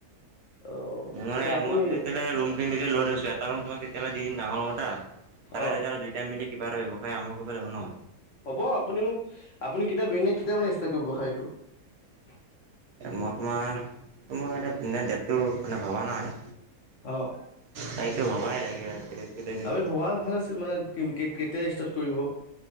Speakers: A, on the left; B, on the right.
A: অ
B: ম মানে
A: তেতিয়া আপুনি
B: মইো যে তেলে ৰুম খিনি লৈ থৈছো এটা ৰুম তোমাক কেতিয়ালে দি দিম ডাঙৰ ৰুম এটা <unintelligible> তাৰে
A: অ
B: তেতি দুইটাই মিলি কিবা এটা ব্যৱসায় আৰম্ভ কৰিব লাগিব ন।
A: হ'ব আপুনি মোক আপুনি কেতিয়া বিৰিয়ানিয় কেতিয়া মানে ষ্টাৰ্ট কৰিব খাই এইটো <unintelligible>
B: মই তোমাৰ এতিয়া ডেটটো মানে ভবা নাই।
A: অঁ।
B: তাৰিখটো ভবাই নাই কেতিয়া দিম
A: আমি ভবা ভাল আছিল মানে কি কে-কেতিয়া ষ্টাৰ্ট কৰিব।